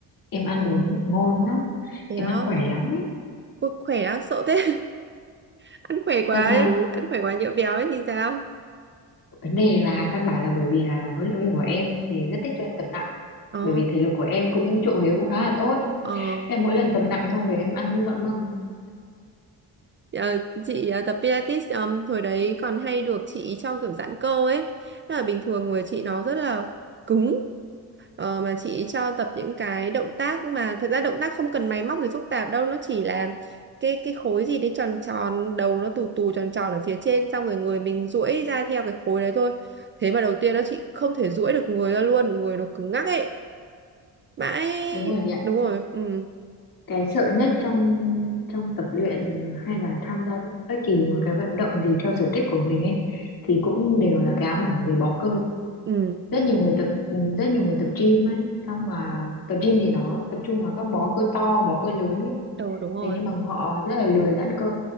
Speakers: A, on the left; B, on the right.
A: em ăn uống ngon lắm
B: <laughs> thế
A: em
B: á
A: ăn khỏe lắm ấy
B: Ui, khỏe á sợ thế <laughs> ăn khỏe quá
A: thật
B: ấy.
A: mà
B: ăn khỏe quá nhỡ béo ấy thì sao
A: vấn đề là căn bản là bởi vì là huấn luyện viên của em thì rất thích cho em tập nặng
B: ờ
A: bởi vì thể lực của em cũng trộm vía cũng khá là tốt
B: ờ
A: Em mỗi lần tập nặng xong về em ăn như dọn mâm. ấy.
B: Ờ, chị ờ, tập Pilates ờm, thời đấy còn hay được chị cho kiểu giãn cơ ấy. Tức là bình thường người chị nó rất là cứng Ờ, mà chị cho tập những cái động tác mà thật ra động tác không cần máy móc gì phức tạp đâu nó chỉ là cái cái khối gì đấy tròn tròn đầu nó tù tù tròn tròn ở phía trên xong rồi người mình duỗi ra theo cái khối đấy thôi thế mà đầu tiên nó chị không thể duỗi được người ra luôn người nó cứng ngắc ấy mãi
A: Đúng rồi chị ạ.
B: đúng rồi ừ
A: Cái sợ nhất trong trong tập luyện hay là tham gia bất kỳ một cái vận động gì theo sở thích của mình ấy thì cũng đều là cái ám ảnh về bó cơ.
B: ừ
A: Rất nhiều người tập ừ, rất nhiều người tập gym ấy, xong là tập gym thì nó tập trung vào các bó cơ to, bó cơ lớn ấy.
B: ừ đúng rồi
A: Thế nhưng mà họ rất là lười giãn cơ,